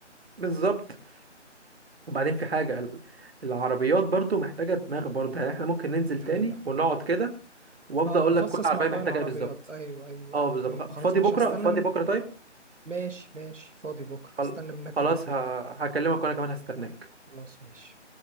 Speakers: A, on the right (about 60°); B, on the right (about 85°).
A: بالظبط وبعدين في حاجه ال- العربيات برضو محتاجه دماغ برضو يعني احنا ممكن ننزل
B: دي
A: تاني
B: حقيقه
A: ونقعد كده وافضل
B: اه
A: اقول
B: نفصص
A: لك كل عربيه
B: موضوع
A: محتاجه
B: العربيات
A: ايه بالظبط
B: ايوه ايوه
A: اه
B: ايوه
A: بالظبط
B: طيب
A: خ-
B: خلاص
A: فاضي
B: مش
A: بكره
B: هستنى
A: فاضي
B: من
A: بكره طيب
B: ماشي ماشي فاضي بكره هستنى
A: خل-
B: منك
A: خلاص
B: تليفون
A: ه... هكلمك وانا كمان هستناك
B: خلاص ماشي